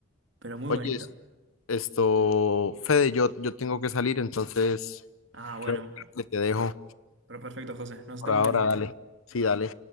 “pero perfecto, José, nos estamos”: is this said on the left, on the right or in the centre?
Right